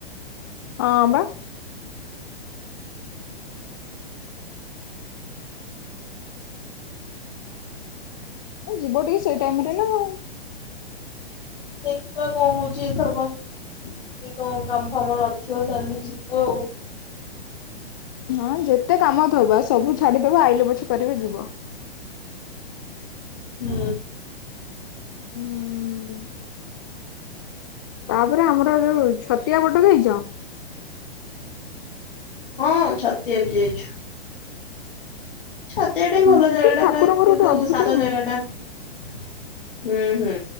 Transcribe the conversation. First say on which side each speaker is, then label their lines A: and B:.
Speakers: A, on the left; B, on the left.
A: ହଁ ବା। ଏ ଯିବ ଟିକେ ସେଇ ଟାଇମରେ ନା ଆଉ।
B: ଦେଖିବା କଣ ହଉଛି ଏଥରକ। ଟି କଣ କାମ୍ ଫାମ୍ ନଥିବ ତାହେଲେ ଯିବୁ ଆଉ।
A: ହଁ ଯେତେ କାମ ଥାଉ ବା ସବୁ ଛାଡିଦବ ଆଇଲେ ପଛେ କରିବ ଯିବ।
B: ହୁଁ।
A: ହୁଁ ତାପରେ ଆମର ଯୋଉ ଛତିଆ ଵଟ ଯାଇଚ?
B: ହଁ ଛତିଆ ବି ଯାଇଛୁ। ଛତିଆଟା ବି ଭଲ
A: ସେଠି
B: ଜାଗାଟା
A: ଠାକୁରଙ୍କର
B: ପ୍ରାଏ କିନ୍ତୁ
A: ଗୋଟେ ଅଦ୍ଭୁତ
B: ସାତ
A: ନୁହଁ
B: ଜାଗା ଟା ହୁଁ ହୁଁ।